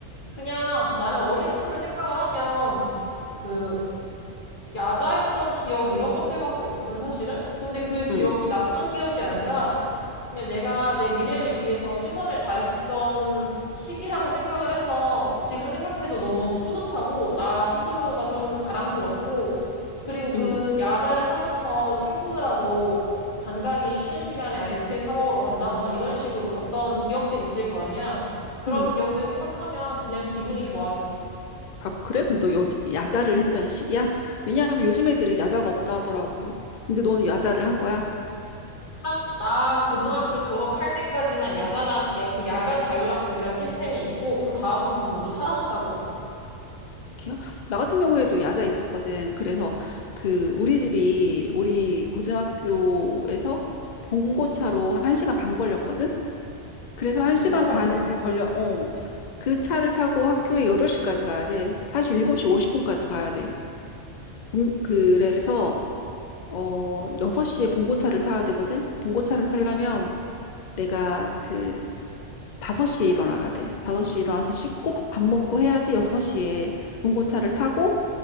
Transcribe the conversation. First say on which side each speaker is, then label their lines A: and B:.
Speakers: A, on the left; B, on the left.
A: 그냥 나는 어린 시절을 생각을 하면 그 야자했던 기억 이런 것들밖에 없거든, 사실은. 근데 그 기억이
B: 음,
A: 나쁜 기억이 아니라 그냥 내가 내 미래를 위해서 최선을 다했었던 시기라고 생각을 해서 지금 생각해도 너무 뿌듯하고 나 스스로가 좀 자랑스럽고 그리고 그
B: 음,
A: 야자를 하면서 친구들하고 간간히 쉬는 시간에 아이스크림 사 먹으러 간다거나 이런 식으로 갔던 기억들이 있을 거 아니야. 그런
B: 음.
A: 기억들 생각하면 그냥 기분이 좋아져.
B: 아, 그래? 근데 너 여자, 야자를 했던 시기야? 왜냐하면 요즘 애들은 야자가 없다 하더라고. 근데 너는 야자를 한 거야?
A: 딱 나 고등학교 졸업할 때까지만 야자란, 야, 그 야간 자율학습이란 시스템이 있고 그 다음부터는 모두 사라졌다고 들었어.
B: 그렇게요? 나 같은 경우에도 야자 있었거든. 그래서 그 우리 집이 우리 고등학교에서 봉고차로 한시간반 걸렸거든? 그래서 한시간
A: 엄청 많네.
B: 반을 걸려, 어, 그 차를 타고 학교에 8시까지 가야 돼. 사실 7시 50분까지 가야 돼. 종- 그래서, 어, 6시에 봉고차를 타야 되거든? 봉고차를 타려면 내가 그 5시에 일어나야 돼. 5시에 일어나서 씻고 밥 먹고 해야지 6시에 봉고차를 타고